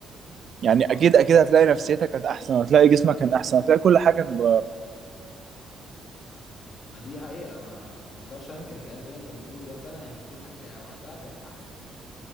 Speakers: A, on the right; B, on the left.
A: يعني اكيد
B: ما,
A: اكيد هتلاقي نفسيتك كانت احسن هتلاقي جسمك كان احسن هتلاقي كل حاجه كانت اتغيرت
B: ما دي حقيقة ما ما اقدرش انكر الكلام اللي انت بتقوله ده فعلا يعني كل حاجة كان وقتها كانت احسن يعني